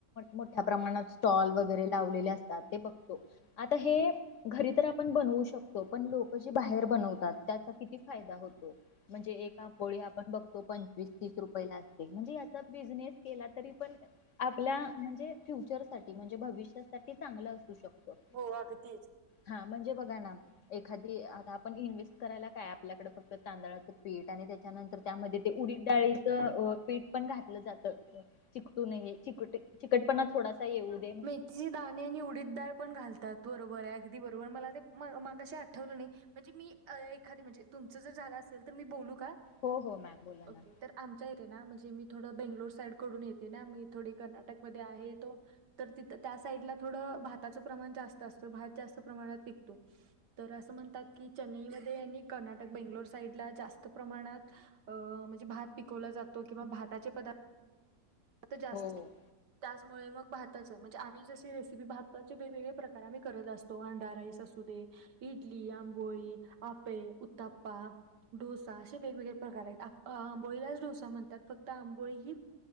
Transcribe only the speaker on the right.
हो अगदीच.
तिचे दाणे आणि उडीदडाळ पण घालतात बरोबर आहे अगदी बरोबर मला ते मघाशी आठवलं नाही. म्हणजे मी एखादी म्हणजे तुमचं जर झालं असेल तर मी बोलू का?
ओके तर आमच्या इथे ना म्हणजे मी थोडं बेंगलोर साईडकडून येते ना मी थोडी कर्नाटकमध्ये आहे तो तर तिथं त्या साईडला थोडं भाताचं प्रमाण जास्त असतं भात जास्त प्रमाणात पिकतो. तर असं म्हणतात की चेन्नईमध्ये आणि कर्ना टक बेंगलोर साईड ला जास्त प्रमाणात अ म्हणजे भात पिकवला जातो किंवा भाताचे पदार्थ आता जास्त
त्याचमुळे मग भाताचं म्हणजे आम्ही जशी रेसिपी भाताचे वेगवेगळे प्रकार आम्ही करत असतो अंडा राईस असू दे इडली, आंबोळी, अप्पे, उत्तप्पा डोसा असे वेगवेगळे प्रकार आहेत आंबोळीलाच डोसा म्हणतात फक्त आंबोळी ही